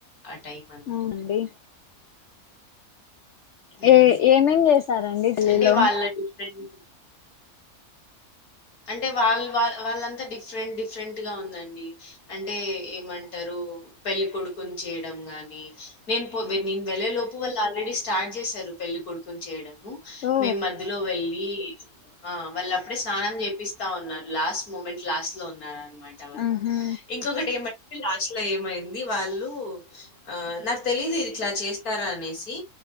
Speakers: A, on the left; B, on the left.
A: ఆ టైం అంతా
B: అవునండి
A: ఉమ్.
B: ఏ ఏమేం చేసారండి డిల్లీ
A: అంటే
B: లో
A: వాళ్ళ డిఫరెంట్ అంటే వాళ్ళ వా వాళ్ళంతా డిఫ్రెంట్ డిఫ్రెంట్ గా ఉందండి అంటే ఏమంటారు పెళ్ళికొడుకుని చేయడం గాని నేను పోగ్ నేన్ వెళ్లే లో అప్పు వాళ్లు ఆల్రెడీ స్టార్ట్ చేశారు పెళ్లి కొడుకుని చేయడం ము
B: ఓ
A: మేం మధ్యలో వెళ్ళి ఈ ఆ వాళ్ళు అప్పుడే స్నానం చె కపిస్తా ఉన్నారు లాస్ట్ మూమెంట్ లాస్ట్ లో ఉన్నారని మంట వాళ్ళు
B: ఆహా
A: ఇంకొకటి ఏమంట లాస్ట్ల ఏమైంది వాళ్ళు ఆ నాకు తెలీదు ఇట్లా చేస్తారా అనేసి